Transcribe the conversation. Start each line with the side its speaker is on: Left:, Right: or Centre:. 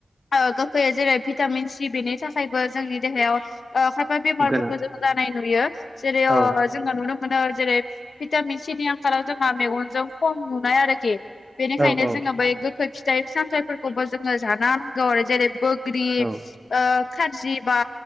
Left: ओ गोखैया जेरै भिटामिन सि बेनि थाखायबो जोंनि देहायाव ओ खायफा बेमारफोरखौ
Right: गोनां
Left: जोङो जानाय नुयो जेरै अ
Right: औ
Left: जोङो नुनोम <unintelligible> जेरै भिटामिन सि नि आंखालाव जोंहा मेगनजों खम नुनाय आरोखि। बेनिखायनो
Right: औ
Left: जोङो
Right: औ
Left: बै गोखै फिथाइ सामथाइफोरखौबो जोङो जाना होनांगौ आरो जेरै बोग ग्रि ओ
Right: औ
Left: खारजि बा